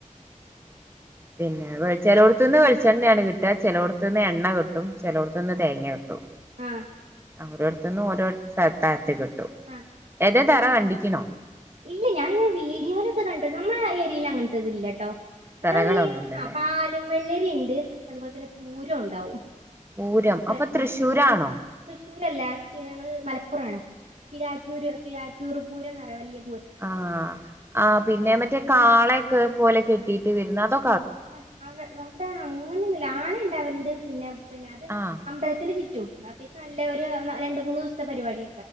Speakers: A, on the right (about 20°); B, on the right (about 70°).
A: പിന്നെ വെളി ചെലവെടത്തുന്ന് വെളിച്ചെണ്ണയാണ് കിട്ടുക ചെലവെടത്ത്ന്ന് എണ്ണ കിട്ട ട്ടും ചെലോടത്തുന്ന് തേങ്ങ കിട്ടും
B: ആഹ്
A: അവര എന്നു ഓരോരുത്തടുത്തായിട്ട് കി ട്ടും
B: ആഹ് ആഹ്
A: ഏ തെ തറ കണ്ടിക്കണോ?
B: ഇല്ല ഞാനിങ്ങനെ വീഡിയോലൊക്കെ കണ്ട നമ്മള ആ ഏരിയയിൽ അങ്ങനത്തെ ഇത് ഇല്ലാട്ടോ നമ്മളതില്
A: തറകളൊന്നുല്ലല്ലേ
B: ആ പാലും വെള്ളി ക്കെണ്ട് അതുപോലെ തന്നെ പൂരം ഒണ്ടാവും.
A: പൂരം
B: അത്ര
A: അപ്പൊ തൃശ്ശൂരാണോ
B: ആ തൃശ്ശൂരല്ല ഞങ്ങള് മലപ്പുറാണ് കിഴാറ്റൂര് കിഴാറ്റൂർ പൂരംന്ന് പറയാ വല്ല്യ
A: ആ ആ പിന്നെ മറ്റേ കാളയൊക്കെ പോലെ കേറ്റിട് വരുന്നെതൊ
B: അ അ <unintelligible> അങ്ങനെന്നുല്ല ആന ഉണ്ട് അവരുടെ പിന്നെ പിന്നെ അത്
A: ആഹ്
B: അമ്പലത്തിന് ചുറ്റും അത്യാവശം നല്ല ഒരു രണ്ട് മൂന്ന് ദിവസ താ പരിപാടി